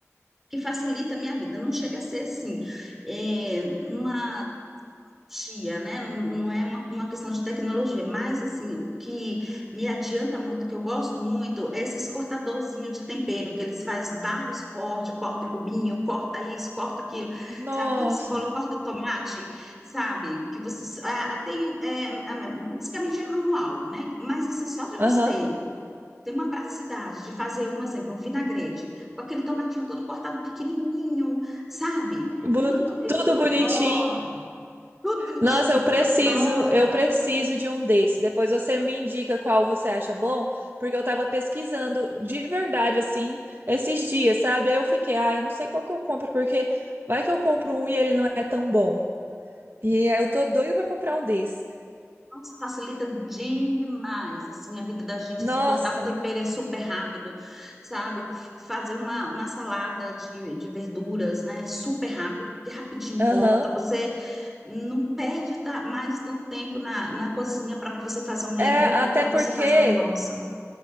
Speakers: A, in the centre; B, on the right.
A: que facilita a minha vida, não chega a ser assim, é, uma tia, né? Não, não é uma, uma questão de tecnologia, mas assim, o que me adianta muito, que eu gosto muito, é esses cortadorzinhos de tempero, que eles fazem vários cortes, corta em cubinho, corta isso, corta aquilo,
B: Nossa.
A: sabe? Corta cebola, corta tomate, sabe? Que você ah, ah, tem, é, ah, basicamente é manual, né? Mas assim, só de você
B: Aham.
A: ter uma praticidade de fazer, um exemplo, um vinagrete, com aquele tomatinho todo cortado pequenininho, sabe?
B: Bu-
A: Menino, eu,
B: Tudo
A: eu
B: bonitinho.
A: adoro tudo bonitinho,
B: Nossa, eu preciso,
A: eu adoro.
B: eu preciso de um desse. Depois você me indica qual você acha bom, porque eu tava pesquisando de verdade assim esses dias, sabe? Aí eu fiquei, ah, eu não sei qual que eu compro, porque vai que eu compro um e ele não é tão bom. E aí eu tô doido pra comprar um desse.
A: Nossa, facilita demais, assim, a vida da gente,
B: Nossa,
A: assim, cortar um tempero é super rápido, sabe? Fazer uma, uma salada de, de verduras, né? É super rápido, porque rapidinho
B: aham.
A: corta, você não perde ta- mais tanto tempo na, na cozinha para você fazer um legume,
B: É, até
A: para
B: porque
A: você fazer um negócio.